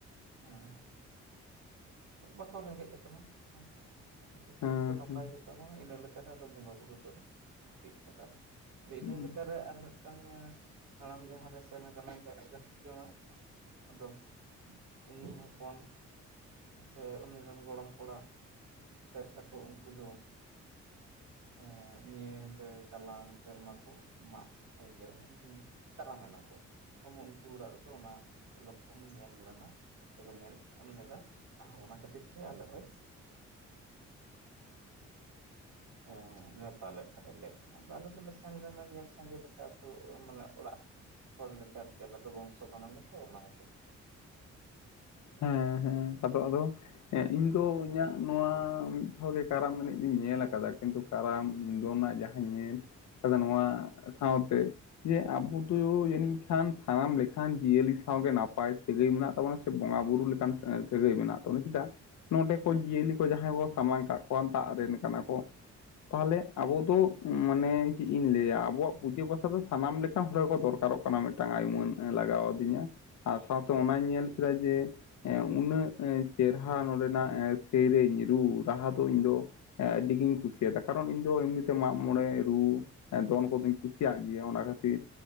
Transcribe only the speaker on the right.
ᱦᱮᱸ ᱵᱟ ᱠᱚ ᱨᱮᱸᱜᱮᱡ ᱟᱠᱟᱱᱟ ᱦᱮᱸ ᱥᱮ ᱛᱟᱞᱮ ᱡᱚᱛᱚ
ᱜᱮ ᱠᱚ ᱱᱟᱯᱟᱭ
ᱜᱮ <unintelligible> ᱞᱮᱠᱟᱛᱮ ᱟᱫᱚ ᱵᱚᱸᱜᱟ ᱵᱩᱨᱩ ᱫᱚ ᱞᱮ ᱦᱟᱹᱯᱤᱫ ᱠᱟᱫᱟ ᱞᱮ ᱟᱫᱚ ᱤᱱᱟᱹ
ᱞᱮᱠᱟ ᱨᱮ ᱟᱨ ᱢᱤᱫ ᱢᱤᱫ ᱴᱟᱝ ᱦᱟᱲᱟᱢ ᱡᱟᱦᱟᱸ ᱨᱮ ᱥᱮᱱ ᱟᱠᱟᱱᱟᱭ <unintelligible> ᱜᱷᱟᱹᱫᱷᱤ ᱡᱟᱶᱟᱹᱭ᱾ ᱟᱫᱚ ᱩᱱᱤ ᱦᱚᱯᱚᱱ ᱥᱮ ᱩᱱᱤ ᱨᱮᱱ ᱜᱚᱲᱚᱢ ᱠᱚᱲᱟ ᱛᱮᱫ ᱛᱟᱠᱚ ᱩᱱᱠᱩ ᱫᱚ ᱦᱮᱸ ᱱᱤᱭᱟᱹ ᱥᱮ ᱪᱟᱞᱟᱣ ᱥᱮᱨᱢᱟ ᱠᱚ ᱢᱟᱜ ᱤᱭᱟᱹ ᱠᱟᱨᱟᱢ ᱮᱱᱟ ᱠᱚ᱾ ᱩᱱᱠᱩ ᱚᱲᱟᱜ ᱨᱮ ᱫᱚ ᱚᱱᱟ ᱞᱚᱠᱷᱚᱱ ᱧᱮᱞ ᱞᱮᱱᱟ, ᱥᱮ ᱠᱚ ᱧᱮᱞ ᱮᱢ ᱞᱮᱫᱟ᱾ ᱚᱱᱟ ᱠᱷᱟᱹᱛᱤᱨ ᱛᱮ ᱟᱞᱮ ᱦᱳᱭ
ᱮᱸᱻ ᱱᱮᱣᱛᱟ ᱞᱮᱫ ᱛᱟᱦᱮᱸᱫ ᱞᱮ ᱛᱟᱸᱦᱮ ᱟᱞᱮ ᱫᱚᱞᱮ ᱥᱮᱱ ᱞᱮᱱᱟ ᱧᱮᱞ ᱥᱟᱸᱜᱮ ᱞᱮᱠᱟ ᱟᱹᱛᱳ ᱢᱟᱱᱮ ᱚᱲᱟᱜ ᱦᱚᱲ ᱞᱮᱠᱟ ᱟᱨ ᱠᱤ ᱟᱞᱮ ᱫᱚ ᱵᱚᱝᱥᱚ ᱠᱟᱱᱟ ᱞᱮ ᱛᱚ ᱚᱱᱟ ᱠᱷᱟᱹᱛᱤᱨ᱾